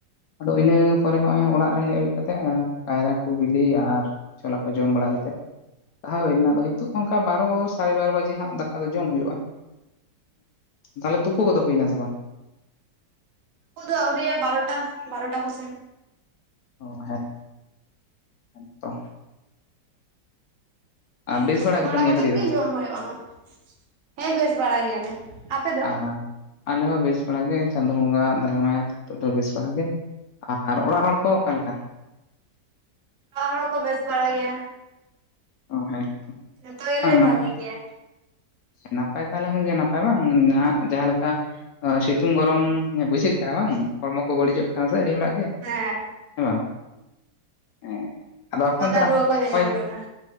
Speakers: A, on the left (about 70°); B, on the right (about 55°).
A: ᱟᱫᱚ ᱤᱱᱟᱹ ᱯᱚᱨᱮ ᱦᱚᱸᱜ ᱚᱭ ᱚᱲᱟᱜ ᱨᱮ ᱦᱮᱡ ᱦᱩᱭ ᱠᱟᱛᱮᱜ ᱮᱸ ᱠᱟᱭᱨᱟ ᱠᱚ ᱵᱤᱞᱤ ᱟᱨ ᱪᱷᱚᱞᱟ ᱠᱚ ᱡᱚᱢ ᱵᱟᱲᱟ ᱠᱟᱛᱮᱫ ᱞᱟᱦᱟ ᱦᱩᱭᱱᱟ ᱫᱚ ᱦᱤᱛᱳᱜᱽ ᱚᱱᱠᱟ ᱵᱟᱨᱚ ᱥᱟᱲᱮ ᱵᱟᱨᱚ ᱵᱟᱡᱮ ᱦᱟᱸᱜ ᱫᱟᱠᱟ ᱫᱚ ᱡᱚᱢ ᱦᱩᱭᱩᱜᱼᱟ᱾ ᱛᱟᱦᱚᱞᱮ ᱛᱩᱯᱩ ᱠᱚᱫᱚ ᱦᱩᱭᱱᱟ ᱥᱮ ᱵᱟᱝ?
B: ᱛᱩᱯᱩ ᱫᱚ ᱟᱹᱣᱨᱤᱭᱟᱜ-ᱟ ᱵᱟᱨᱚᱴᱟ ᱵᱟᱨᱚᱴᱟ ᱠᱚ ᱥᱮᱱ
A: ᱚ ᱦᱮᱸ ᱦᱮᱸ ᱛᱚ
B: ᱦᱮᱸ
A: ᱟᱨ ᱵᱮᱥ
B: ᱛᱩᱯᱩ
A: ᱜᱮᱛᱚ
B: ᱵᱟᱲᱟ
A: ᱱᱤᱭᱟᱹ
B: ᱠᱟᱛᱮᱫ
A: ᱜᱷᱟᱹᱲᱤᱡ
B: ᱜᱮ
A: ᱫᱚ
B: ᱡᱚᱢ ᱦᱩᱭᱩᱜᱼᱟ ᱦᱟᱸᱜ ᱦᱮᱸ ᱵᱮᱥ ᱵᱟᱲᱟ ᱜᱮᱭᱟᱞᱮ᱾ ᱟᱯᱮ ᱫᱚ
A: ᱟ ᱟᱞᱮ ᱦᱚᱸ ᱵᱮᱥ ᱵᱟᱲᱟ ᱜᱮ ᱪᱟᱸᱫᱳ ᱵᱚᱸᱜᱟᱣᱟᱜ ᱫᱟᱭᱟ ᱢᱟᱭᱟ ᱛᱮ ᱱᱤᱛᱚᱜ ᱫᱚ ᱵᱮᱥ ᱵᱟᱲᱟᱜ ᱜᱮ ᱟᱨ ᱚᱲᱟᱜ ᱦᱚᱲ ᱠᱚ ᱚᱠᱟ ᱞᱮᱠᱟ?
B: ᱚᱲᱟᱜ ᱦᱚᱲ ᱦᱚᱸ ᱠᱚ ᱵᱮᱥ ᱵᱟᱲᱟᱭ ᱜᱮᱭᱟ᱾
A: ᱚ ᱦᱮᱸ
B: ᱡᱷᱚᱛᱚ ᱜᱮᱞᱮ
A: ᱵᱟᱝ
B: ᱵᱷᱟᱜᱤ
A: ᱱᱟᱯᱟᱭ
B: ᱜᱮᱭᱟ᱾
A: ᱱᱟᱯᱟᱭ ᱛᱟᱦᱮᱸ ᱞᱮᱱᱠᱷᱟᱱ ᱜᱮ ᱱᱟᱯᱟᱭ ᱵᱟᱝ ᱱᱟᱜ ᱡᱟᱦᱟᱸ ᱞᱮᱠᱟ ᱦᱚᱭ ᱥᱤᱛᱩᱝ ᱜᱚᱨᱚᱢ ᱵᱩᱡᱷᱟᱹᱜ ᱠᱟᱱᱟ ᱵᱟᱝ ᱦᱚᱲᱢᱚ ᱠᱚ ᱵᱟᱹᱲᱤᱡᱚᱜ ᱠᱟᱱᱟ ᱥᱮ ᱟᱹᱰᱤ ᱚᱲᱟᱜ ᱜᱮ
B: ᱦᱮᱸ
A: ᱦᱮᱸ ᱵᱟᱝ ᱦᱮᱸ ᱟᱫᱚ ᱟᱯᱮ
B: ᱢᱟᱫᱟ
A: ᱚᱱᱛᱮᱱᱟᱜ
B: ᱨᱩᱣᱟᱹ ᱠᱚ ᱧᱟᱧᱟᱢ
A: ᱦᱚᱭ‌
B: ᱠᱟᱱᱟ